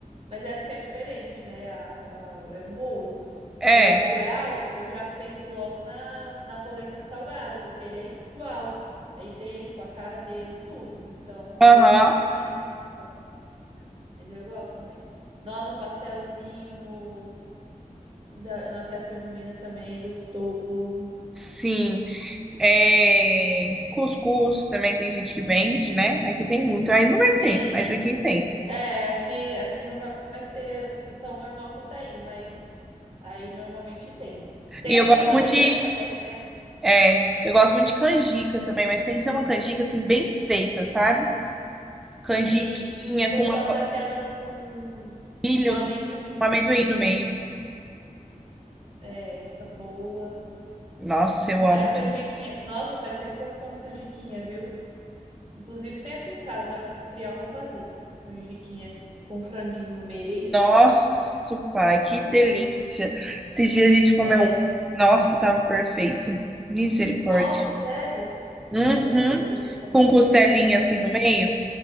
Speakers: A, on the right; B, in the centre.
A: Mas é porque é diferente, né? A- a- é um bolo.
B: É.
A: Já o curau, eu já penso logo na, na polenta salgada, porque ele é igual, é idêntico, a cara dele, tudo. Então
B: Aham.
A: aí eu fico triste quando eu como. Mas eu gosto também. Nossa, pastelzinho no, da- na festa junina também, gostoso.
B: Sim. É, cuscuz também tem gente que vende, né? Aqui tem muito. Aí não vai
A: Sim,
B: ter, mas aqui tem.
A: É, aqui, aqui não vai vai ser tão normal quanto aí, mas aí normalmente tem. Tem
B: E eu
A: as
B: gosto
A: brincadeiras
B: muito de,
A: também, né?
B: é, eu gosto muito de canjica também, mas tem que ser uma canjica assim bem feita, sabe? Canjiquinha
A: Sim, é gostosa
B: com uma pa- com
A: aquelas
B: um
A: com,
B: milho,
A: com amendoim,
B: no- com amendoim no meio.
A: é, fica boa.
B: Nossa, eu amo.
A: Ai, canjiquinha. Nossa, faz tempo que eu não como canjiquinha, viu? Inclusive tem aqui em casa, a hora que esfriar eu vou fazer. Canjiquinha com franguinho no meio.
B: Nossa, pai, que delícia. Esses dias a gente comeu
A: É.
B: um. Nossa, tava perfeita. Misericórdia.
A: Nossa, sério?
B: Uhum.
A: Nossa, tem tempo que eu
B: Com
A: não como.
B: costelinha
A: Que
B: assim no meio.